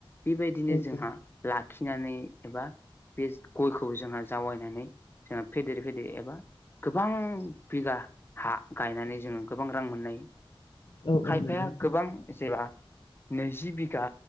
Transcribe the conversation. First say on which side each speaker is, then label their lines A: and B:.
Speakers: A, on the left; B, on the left.
A: बेबायदिनो
B: औ
A: जोंहा लाखिनानै एबा बे गयखौबो जोंहा जावैनानै जोंहा फेदेर फेदेर एबा गोबां बिगा हा गायनानै जोङो गोबां रां मोननाय
B: औ औ
A: खायफाया
B: नंगौ औ
A: गोबां जेबा नैजि बिघा